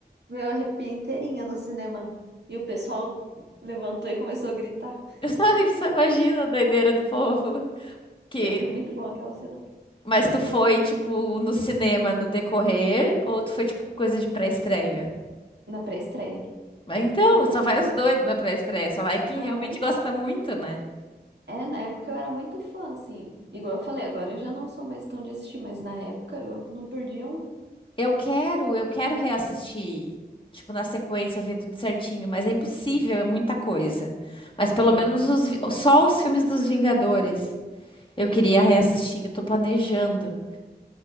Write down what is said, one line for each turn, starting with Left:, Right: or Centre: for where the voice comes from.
Right: Meu, eu arrepiei inteirinha no cinema. E o pessoal levantou e começou a gritar.
Left: Eu só, <laughs> só imagino a doideira do povo. Que...
Right: Meu, foi muito bom aquela cena.
Left: Mas tu foi, tipo, no cinema no decorrer, ou tu foi, tipo, coisa de pré-estreia?
Right: Na pré-estreia.
Left: Mas Então, só vai os doidos na pré-estreia, só vai quem
Right: Aham.
Left: realmente gosta muito, né?
Right: É, na época eu era muito fã, assim. Igual eu falei, agora eu já não sou mais tão de assistir, mas na época eu não perdia um.
Left: Eu quero, eu quero reassistir, tipo, na sequência, ver tudo certinho, mas é impossível, é muita coisa. Mas pelo
Right: É.
Left: menos os vi- só os filmes dos Vingadores. Eu queria reassistir, eu tô planejando.